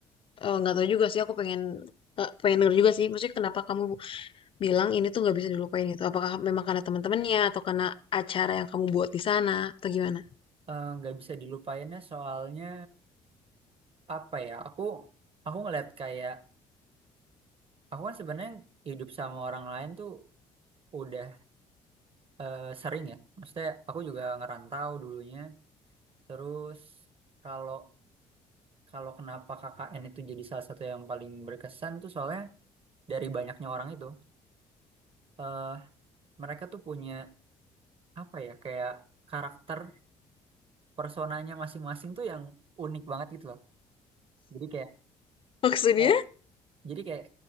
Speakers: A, on the left (about 40°); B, on the right (about 40°).
A: eh, nggak tahu juga sih aku pengen eh, pengen denger juga sih. Maksudnya kenapa kamu bilang ini tuh nggak bisa dilupain gitu? Apakah memang karena teman-temannya atau karena acara yang kamu buat di sana atau gimana?
B: Eh, Nggak bisa dilupainnya soalnya apa ya? Aku aku ngeliat kayak aku kan sebenarnya hidup sama orang lain tuh udah eh, sering ya. Maksudnya aku juga ngerantau dulunya. Terus kalau kalau kenapa KKN itu jadi salah satu yang paling berkesan tuh soalnya dari banyaknya orang itu eh mereka tuh punya apa ya kayak karakter personanya masing-masing tuh yang unik banget gitu loh. Jadi kayak
A: Maksudnya?
B: eh, jadi kayak